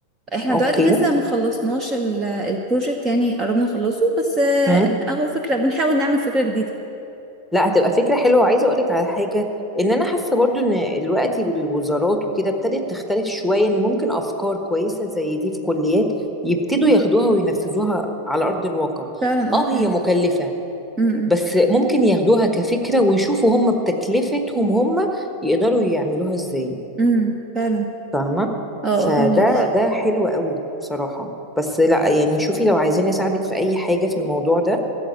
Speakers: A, on the right; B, in the centre.
A: احنا
B: اوكي
A: دلوقتي لسه مخلصناش البروجكت يعني قربنا نخلصه بس آه،
B: مم.
A: اهو فكرة بنحاول نعمل فكرة جديدة
B: لا هتبقى فكرة حلوة وعايزة اقولك على حاجة ان انا حاسة برضو ان الوقت الوزارات وكده ابتدت تختلف شوية ان ممكن افكار كويسة زي دي في كليات يبتدوا ياخدوها وينفذوها على ارض الواقع
A: فعلا
B: اه
A: اه
B: هي
A: فعلا
B: مكلفة
A: امم
B: بس ممكن ياخدوها كفكرة ويشوفوا هم بتكلفتهم هم يقدروا يعملوها ازاي
A: امم فعلا
B: فاهمة
A: اه
B: فده
A: اه فاهمك
B: ده حلو قوي بصراحة بس لا يعني شوفي لو عايزين اساعدك في اي حاجة في الموضوع ده